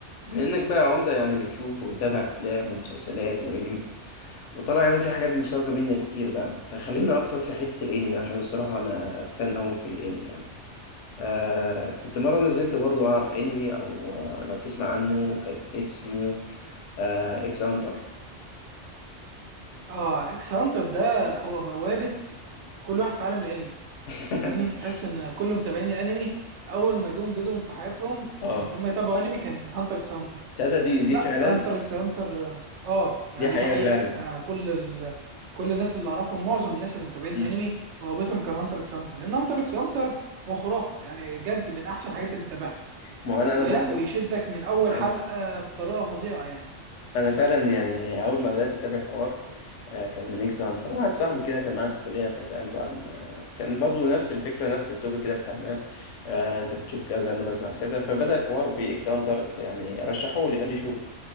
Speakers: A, on the left; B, on the right.
A: بما انك بقى عمدة يعني بتشوف وبتابع افلام ومسلسلات وانمي وطلع يعني في حاجات مشتركة بينا كتير بقى فخلينا اكتر في حتة الانمي عشان الصراحة انا فان اوي في الانمي يعني آه كنت مرة نزلت برضو على انمي او آه لو تسمع عنه كان اسمه آه اكس هانتر
B: اه اكس هانتر ده هو بوابة كل واحد في عالم الانمي
A: <laughs>
B: يعني تحس ان كل متابعين الانمي اول ما جم بدهم في حياتهم
A: اه
B: آه، ان هم يتابعوا انمي كان هانتر اكس هانتر
A: تصدق دي دي
B: لا
A: فعلا
B: هانتر اكس هانتر اه آه، يعني
A: دي حقيقة
B: دي حقيقة
A: فعلا
B: آه كل ال... كل الناس اللي اعرفهم معظم الناس اللي متابعين الانمي
A: مم.
B: بوابتهم كان هانتر اكس هانتر لان هانتر اكس هانتر هو خرافة يعني بجد من احسن الحاجات اللي تتابعها
A: ما هو انا انا
B: ولا
A: برضو
B: ويشدك من اول
A: آه.
B: حلقة بطريقة فظيعة يعني
A: انا فعلا يعني اول ما بدات اتابع الحوار آه، كان من اكس هانتر واحد صاحبي كده كان معايا في الكليه فسالته عن آه، كان برضو نفس الفكره نفس التوبيك كده فتحناه آه، انت بتشوف كذا انا بسمع كذا فبدا الحوار باكس هانتر يعني رشحوه لي قال لي شوف